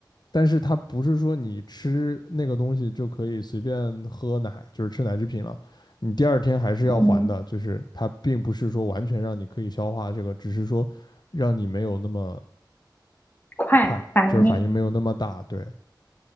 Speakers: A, on the left; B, on the left.
A: 但是它不是说你吃那个东西就可以随便喝奶，就是吃奶制品了，你第二天还是要还的，
B: 嗯，
A: 就是它并不是说完全让你可以消化这个，只是说让你没有那么
B: 快反应
A: 快，就是反应没有那么大，对，